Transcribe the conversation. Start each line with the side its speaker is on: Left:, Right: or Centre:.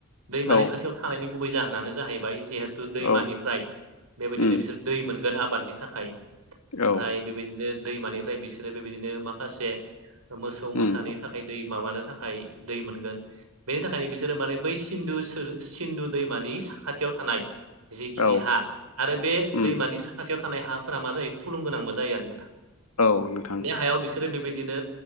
Right: दैमानि
Left: औ
Right: खाथियाव थानायनि गुबै जाहोनानो जाहैबाय जिहेतु दैमानिफ्राय
Left: औ
Right: बेबायदिनो
Left: उम
Right: बिसोर दै मोनगोन आबादनि थाखाय ओमफ्राय
Left: औ
Right: बेबायदिनो दैमानि फ्राय बिसोरो बेबायदिनो माखासे मोसौ मोसानि
Left: उम औ उम
Right: थाखाय दै माबानो थाखाय दै मोनगोन। नि थाखायनो बिसोरो माने बै सिन्दु सिन्दु दैमानि साखाथियाव थानाय। जिखिनि
Left: औ
Right: हा आरो बे
Left: उम
Right: दैमानि साखाथियाव थानाय हाफोरा मा जायो फुलुंगोनांबो जायो आरो नोंथां।
Left: औ नोंथां
Right: बे हायाायाव बिसे बिसोरो बेबायदिनो